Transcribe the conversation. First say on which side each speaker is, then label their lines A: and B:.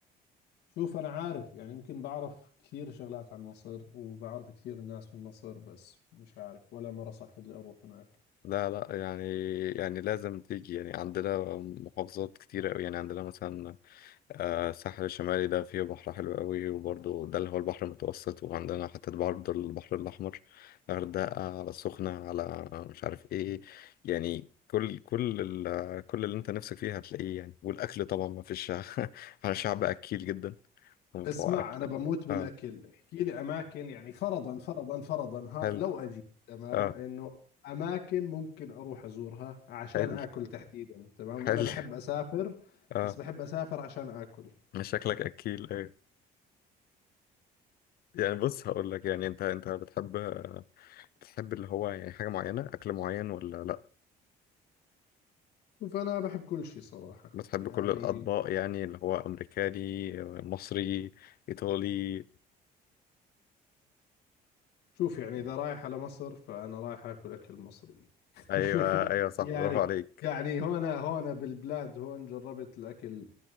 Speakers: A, on the left (about 80°); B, on the left (about 65°).
A: شوف أنا عارف يعني يمكن بعرف كثير شغلات عن مصر وبعرف كثير ناس من مصر بس مش عارف ولا مرة صح لي أروح هناك
B: لا لا يعني يعني لازم تيجي يعني عندنا محافظات كتيرة أوي يعني عندنا مثلا آه، الساحل الشمالي ده فيه بحر حلو قوي وبرضه ده اللي هو البحر المتوسط وعندنا حتة برضه البحر الأحمر غردقة على السخنة على مش عارف إيه يعني كل كل ال كل اللي أنت نفسك فيه هتلاقيه يعني والأكل طبعا ما فيش <laughs> احنا شعب أكيل جدا ومتوقع
A: اسمع
B: أكل
A: أنا بموت بالأكل
B: آه
A: احكي لي أماكن يعني فرضا فرضا فرضا ها
B: حلو
A: لو أجي تمام
B: آه
A: إنه أماكن ممكن أروح أزورها عشان
B: حلو
A: آكل تحديدا تمام
B: حلو
A: أنا بحب أسافر
B: آه
A: بس بحب أسافر عشان آكل
B: شكلك أكيل آه. يعني بص هقول لك يعني انت انت بتحب بتحب اللي هو يعني حاجة معينة أكل معين ولا لأ؟
A: شوف أنا بحب كل شيء صراحة
B: بتحب
A: يعني
B: كل الأطباق يعني اللي هو أمريكاني مصري إيطالي
A: شوف يعني إذا رايح على مصر فأنا رايح آكل أكل مصري <laughs>
B: أيوه أيوه صح
A: يعني
B: برافو عليك
A: يعني هنا هنا بالبلاد هون جربت الأكل